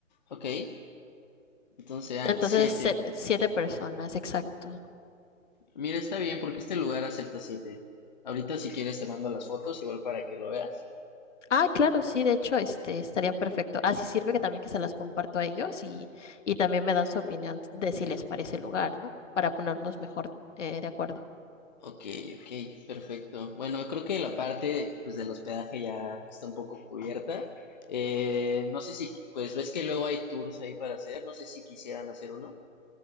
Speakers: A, on the left; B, on the left.
A: Ok, entonces serán
B: Entonces,
A: siete.
B: se- siete personas, exacto.
A: Mira, está bien porque este lugar acepta siete. Ahorita si quieres te mando las fotos igual para que lo veas.
B: Ah, claro, sí, de hecho, este, estaría perfecto. Así sirve que también que se las comparto a ellos y, y también me dan su opinión de si les parece el lugar, ¿no? Para ponernos mejor eh, de acuerdo.
A: Ok, ok, perfecto. Bueno, creo que la parte pues del hospedaje ya está un poco cubierta. Eh, no sé si, pues ves que luego hay tours ahí para hacer, no sé si quisieran hacer uno.